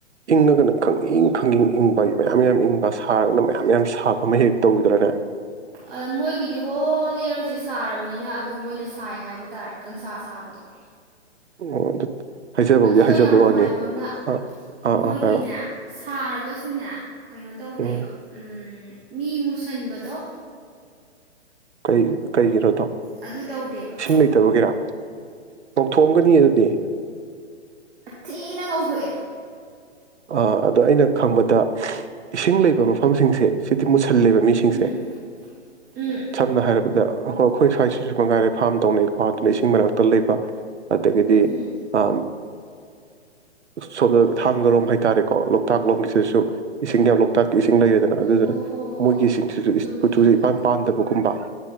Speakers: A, on the right; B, on the right.
A: ꯏꯪꯉꯒꯅ ꯈꯪꯏꯪ ꯈꯪꯏꯪ ꯏꯪꯕ ꯃꯌꯥꯝ ꯌꯥꯝ ꯏꯪꯕ ꯁꯥꯔꯒꯅ ꯃꯌꯥꯝ ꯌꯥꯝ ꯁꯥꯕ ꯑꯃ ꯍꯦꯛ ꯇꯧꯗ꯭ꯔꯅꯦ
B: ꯑ ꯃꯣꯏꯒꯤꯗꯤ ꯍꯣꯜ ꯌꯤꯑ꯭ꯔꯁꯦ ꯁꯥꯔꯕꯅꯤꯅ ꯑꯗꯨ ꯃꯣꯏꯅ ꯁꯥꯏ ꯍꯥꯏꯕ ꯇꯥꯔꯦ ꯀꯪꯁꯥ ꯁꯥꯕꯗꯣ
A: ꯑꯣ ꯑꯗꯨ ꯍꯥꯏꯖꯕꯕꯨꯗꯤ
B: ꯑꯗꯨꯒ
A: ꯍꯥꯏꯖꯕꯩ
B: ꯌꯥꯝ ꯅꯨꯡꯉꯥꯏꯕ
A: ꯋꯥꯅꯤ
B: ꯑꯃꯅ
A: ꯑꯥ ꯑꯥ
B: ꯃꯣꯏꯒꯤꯅꯦ
A: ꯑꯥ ꯍꯥꯏꯔꯣ
B: ꯁꯥꯔꯒ ꯁꯨꯨꯅꯦ ꯀꯩꯅꯣ ꯇꯧꯗꯦꯕ
A: ꯎꯝ
B: ꯎ ꯃꯤ ꯃꯨꯁꯟꯕꯗꯣ
A: ꯀꯩꯒ ꯀꯔꯤꯒꯤꯅꯣꯗꯣ
B: ꯑꯗꯨ ꯇꯧꯗꯦꯕ
A: ꯏꯁꯤꯡ ꯂꯩꯇꯕꯒꯤꯦꯔꯥ ꯂꯧꯊꯣꯛꯑꯝꯒꯅꯤ ꯑꯗꯨꯗꯤ
B: ꯊꯤꯅ ꯉꯧꯊꯣꯛꯑꯦ
A: ꯑ ꯑꯗꯣ ꯑꯩꯅ ꯈꯪꯕꯗ ꯏꯁꯤꯡ ꯂꯩꯕ ꯃꯐꯝꯁꯤꯡꯁꯦ ꯁꯤꯗꯤ ꯃꯨꯁꯜꯂꯦꯕ ꯃꯤꯁꯤꯡꯁꯦ
B: ꯎꯝ ꯎꯝ
A: ꯁꯝꯅ ꯍꯥꯏꯔꯕꯗ ꯑꯗꯣꯏ ꯑꯩꯈꯣꯏ ꯁ꯭ꯋꯥꯏꯁꯤꯁꯨ ꯃꯉꯥꯏꯔꯦ ꯐꯥꯔꯝ ꯇꯧꯅꯩꯀꯣ ꯑꯗꯨꯅ ꯏꯁꯤꯡ ꯃꯔꯛꯇ ꯂꯩꯕ ꯑꯇꯗꯒꯤꯗꯤ
B: ꯎꯝ
A: ꯑ ꯁꯣꯝꯗ ꯊꯥꯡꯒꯔꯣꯝ ꯍꯥꯏ ꯍꯥꯏꯇꯥꯔꯦꯀꯣ ꯂꯣꯛꯇꯥꯛ ꯂꯣꯝꯒꯤꯁꯤꯗꯁꯨ ꯏꯁꯤꯡ ꯌꯥꯝ ꯂꯣꯛꯇꯥꯛꯀꯤ ꯏꯁꯤꯡ ꯂꯩꯗ ꯑꯗꯨꯗꯨꯅ
B: ꯍꯣ ꯍꯣ ꯍꯣ
A: ꯃꯣꯏꯒꯤꯁꯤꯡꯁꯤꯁꯨꯨꯁꯦ
B: ꯆꯨꯝꯃꯦ ꯆꯨꯝꯃꯦ
A: ꯏꯄꯥꯟ ꯄꯥꯟꯗꯕꯒꯨꯝꯕ